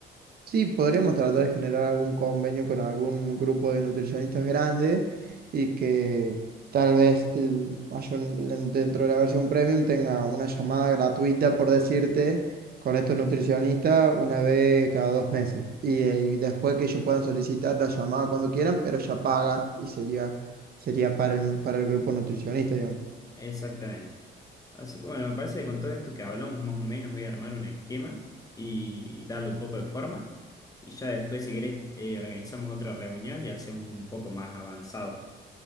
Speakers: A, on the right; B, on the left.
A: Sí, podríamos tratar de generar algún convenio con algún grupo de nutricionistas grande y que tal vez el- haya un- en- dentro de la versión premium tenga una llamada gratuita, por decirte, con estos nutricionistas una vez cada dos meses. Y, eh, y después que ellos puedan solicitar la llamada cuando quieran, pero ya paga y sería, sería para el, nu- para el grupo nutricionista, digamos.
B: Exactamente. Así que bueno, me parece que con todo esto que hablamos más o menos voy a armar un esquema y darle un poco de forma. Y ya después, si querés, eh, organizamos otra reunión y hacemos un poco más avanzado.